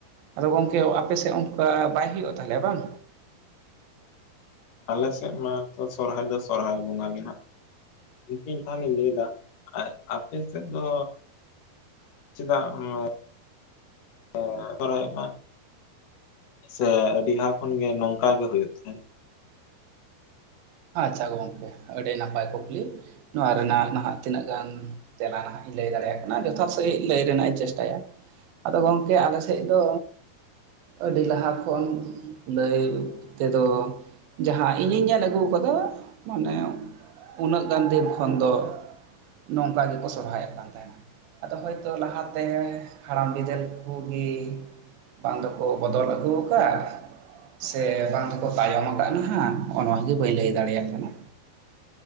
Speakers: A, on the right; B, on the left.
A: ᱟᱫᱚ ᱜᱚᱝᱠᱮ ᱟᱯᱮᱥᱮᱫ ᱚᱱᱠᱟ ᱵᱟᱭ ᱦᱩᱭᱩᱜᱼᱟ ᱛᱟᱦᱚᱞᱮ ᱵᱟᱝ,
B: ᱟᱞᱮ ᱥᱮᱫ ᱢᱟ ᱛᱚ ᱥᱚᱨᱦᱟᱭ ᱫᱚ ᱥᱚᱨᱦᱟᱭ ᱵᱚᱸᱜᱟ ᱜᱮ ᱱᱷᱟᱜ ᱫᱤᱠᱷᱤ ᱛᱟᱦᱚᱞᱮᱧ ᱞᱟᱹᱭᱫᱟ ᱟᱯᱮ ᱥᱮᱫ ᱫᱚ ᱪᱮᱫᱟᱜ ᱚᱱᱱᱚ <inaudible> ᱥᱮ ᱟᱹᱰᱤ ᱞᱟᱦᱟ ᱠᱷᱚᱱ ᱜᱮ ᱱᱚᱝᱠᱟ ᱜᱮ ᱦᱩᱭᱩᱜ ᱛᱟᱦᱮᱸᱫ,
A: ᱟᱪᱪᱷᱟ ᱜᱚᱝᱠᱮ ᱟᱹᱰᱤ ᱱᱟᱯᱟᱭ ᱠᱩᱠᱞᱤ ᱱᱚᱣᱟ ᱨᱮᱱᱟᱜ ᱱᱟᱦᱟᱜ ᱛᱤᱱᱟᱹᱜ ᱜᱟᱱ, ᱛᱮᱞᱟ ᱱᱟᱦᱟᱜ ᱤᱧ ᱞᱟᱹᱭ ᱫᱟᱲᱮᱭᱟᱜ ᱠᱟᱱᱟ ᱡᱚᱛᱷᱟᱛ ᱥᱟᱺᱦᱤᱜ ᱞᱟᱹᱭ ᱨᱮᱱᱟᱜ ᱤᱧ ᱪᱮᱥᱴᱟᱭᱟ, ᱟᱫᱚ ᱜᱚᱢᱠᱮ ᱟᱞᱮ ᱥᱮᱡ ᱫᱚ ᱟᱹᱰᱤ ᱞᱟᱦᱟ ᱠᱷᱚᱱ ᱞᱟᱹᱭ ᱛᱮᱫᱚ ᱡᱟᱦᱟᱸ ᱤᱧᱤᱧ ᱧᱮᱞ ᱟᱹᱜᱩ ᱠᱚᱫᱚ ᱢᱟᱱᱮ ᱩᱱᱟᱹᱜ ᱜᱟᱱ ᱫᱷᱮᱨ ᱠᱷᱚᱱ ᱫᱚ ᱱᱚᱝᱠᱟ ᱜᱮᱠᱚ ᱥᱚᱨᱦᱟᱭᱚᱜ ᱠᱟᱱ ᱛᱟᱦᱮᱸᱱᱟ ᱟᱫᱚ ᱦᱳᱭᱛᱳ ᱞᱟᱦᱟᱛᱮ ᱦᱟᱲᱟᱢ ᱵᱤᱫᱟᱹᱞ ᱠᱩᱜᱤ, ᱵᱟᱝ ᱫᱚᱠᱚ ᱵᱚᱫᱚᱞ ᱟᱹᱜᱩ ᱟᱠᱟᱫ, ᱥᱮ ᱵᱟᱝ ᱫᱚᱠᱚ ᱛᱟᱭᱚᱢ ᱟᱠᱟᱜ ᱱᱟᱦᱟᱜ ᱚᱱᱟ ᱜᱮ ᱵᱟᱹᱧ ᱞᱟᱹᱭ ᱫᱟᱲᱮᱭᱟᱜ ᱠᱟᱱᱟ